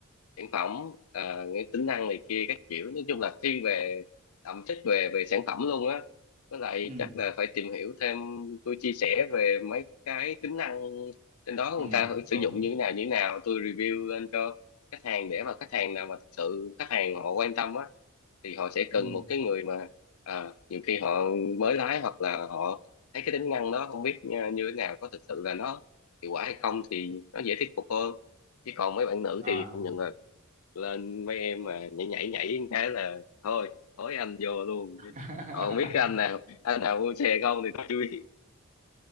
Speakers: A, on the left; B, on the right.
A: sản phẩm ờ, cái tính năng này kia các kiểu nói chung là thiên về thẩm chất về về sản phẩm luôn á với lại
B: ừ
A: chắc là phải tìm hiểu thêm tôi chia sẻ về mấy cái tính năng trên đó
B: ừ
A: người ta thử sử
B: đúng
A: dụng như thế nào như thế nào tôi review lên cho khách hàng để mà khách hàng nào mà thực sự khách hàng họ quan tâm á thì họ sẽ cần
B: ừ
A: một cái người mà ờ, nhiều khi họ mới lái hoặc là họ thấy cái tính năng đó không biết như, như thế nào có thực sự là nó hiệu quả hay không thì nó dễ thuyết phục hơn chứ còn mấy bạn nữ
B: à
A: thì cũng nhận lên mấy em mà nhảy nhảy nhảy một cái là thôi thối anh vô luôn
B: <laughs>
A: chứ còn không biết cái anh nào anh nào mua xe không thì tôi chưa biết